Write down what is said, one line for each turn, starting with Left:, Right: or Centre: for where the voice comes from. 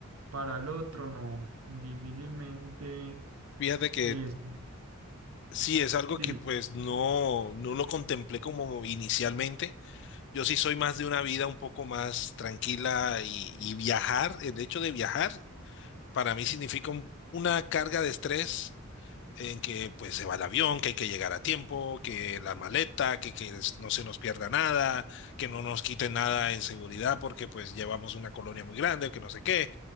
Right: para el otro, no, difícilmente
Left: Fíjate que
Right: es,
Left: sí, es algo
Right: dime,
Left: que pues no, no lo contemplé como inicialmente. Yo sí soy más de una vida un poco más tranquila y, y viajar, el hecho de viajar para mí significa un- una carga de estrés en que pues se va el avión, que hay que llegar a tiempo, que la maleta, que, que es- no se nos pierda nada, que no nos quiten nada en seguridad porque pues llevamos una colonia muy grande, que no sé qué,